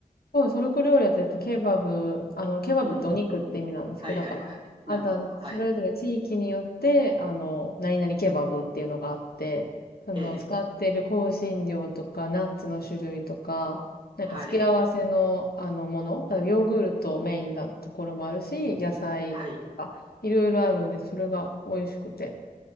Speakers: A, on the left; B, on the right.
A: そう、トルコ料理だとやっぱケバブ、あの、ケバブってお肉って意味なんですけど、
B: うん、うん、うん。はい、はい、
A: だから、
B: はい。なるほど。
A: あだ、
B: はい。
A: それぞれ地域によって、あの、何々ケバブっていうのがあって、その、
B: ええ
A: 使っている香辛料とか、ナッツの種類とか、なんか付け合わせの、
B: はい、
A: あの、もの、例えばヨーグルトメインなところもあるし、野菜とか、
B: はい、
A: いろいろあるんです、それが美味しくて。